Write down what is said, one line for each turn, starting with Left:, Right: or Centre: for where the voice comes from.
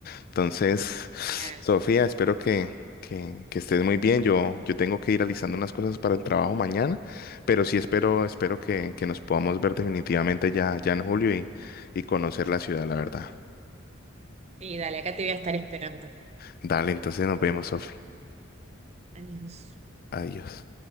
Left: Entonces,
Right: Genial.
Left: Sofía, espero que, que, que estés muy bien. Yo, yo tengo que ir realizando unas cosas para el trabajo mañana, pero sí espero, espero que, que nos podamos ver definitivamente ya, ya en julio y, y conocer la ciudad, la verdad.
Right: Sí, dale, acá te voy a estar esperando.
Left: Dale, entonces nos vemos, Sofía.
Right: Adiós.
Left: Adiós.